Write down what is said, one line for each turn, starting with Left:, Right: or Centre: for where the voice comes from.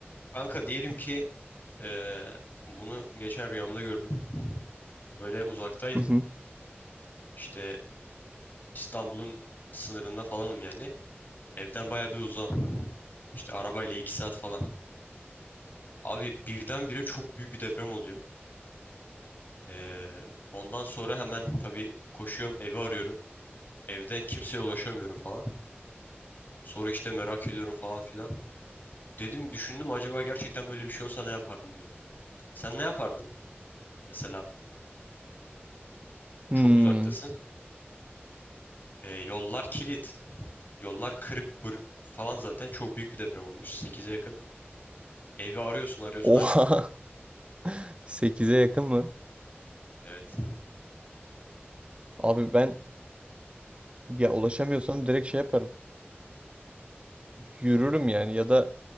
Left: Kanka diyelim ki eee, bunu geçen rüyamda gördüm. Böyle uzaktaydım.
Right: Hı hı.
Left: İşte İstanbul'un sınırında falanım yani. Evden baya bir uzağım. İşte arabayla iki saat falan. Abi birdenbire çok büyük bir deprem oluyor. Eee, ondan sonra hemen tabii koşuyorum evi arıyorum. Evde kimseye ulaşamıyorum falan. Sonra işte merak ediyorum falan filan. Dedim düşündüm acaba gerçekten böyle bir şey olsa ne yapardım diye. Sen ne yapardın? Mesela
Right: Hmm.
Left: çok uzaktasın. Eee, yollar kilit. Yollar kırık bır falan zaten çok büyük bir deprem olmuş. sekize yakın. Evi arıyorsun arıyorsun
Right: Oha.
Left: açmıyor.
Right: <laughs> sekize yakın mı?
Left: Evet.
Right: Abi ben ya ulaşamıyorsam direkt şey yaparım. Yürürüm yani ya da